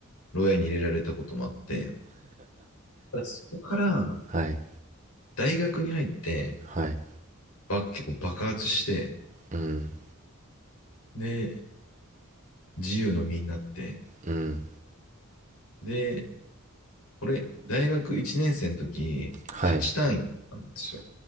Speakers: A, on the left; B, on the right.
A: 牢屋に入れられたこともあって、ただそこから
B: はい。
A: 大学に入って、
B: はい。
A: ば結構爆発して、
B: うん。
A: で、自由の身になって、
B: うん。
A: で、俺、大学1年生の時、
B: はい。
A: 8単位なんですよ。